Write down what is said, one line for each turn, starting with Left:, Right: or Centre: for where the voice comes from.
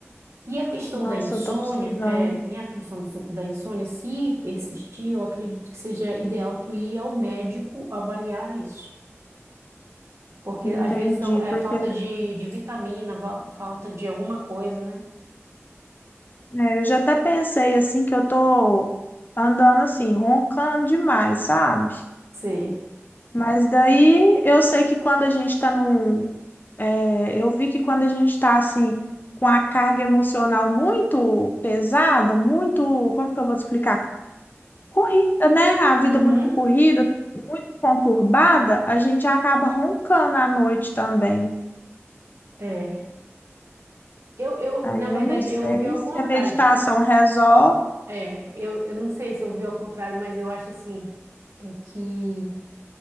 Right: E a questão
Left: Nossa,
Right: da insônia,
Left: eu tô precisando.
Right: é, e a questão do sin- da insônia, se persistir, eu acredito que seja ideal tu ir ao médico avaliar isso. Porque
Left: Entendi,
Right: às vezes é o- é
Left: porque
Right: falta de, de vitamina, va- falta de alguma coisa, né?
Left: é, eu já até pensei assim que eu tô andando assim, roncando demais, sabe?
Right: Sei.
Left: Mas daí eu sei que quando a gente tá num. é, eu vi que quando a gente tá assim, com a carga emocional muito pesada, muito. Como que eu vou te explicar? corrida, né? A vida
Right: Uhum.
Left: muito corrida, muito conturbada, a gente acaba roncando à noite também.
Right: É. Eu, eu,
Left: Aí
Right: na verdade,
Left: eu não sei
Right: eu ouvi ao
Left: se
Right: contrário,
Left: a meditação
Right: de que
Left: resolve.
Right: É, eu, eu não sei se eu vi ao contrário, mas eu acho assim, é que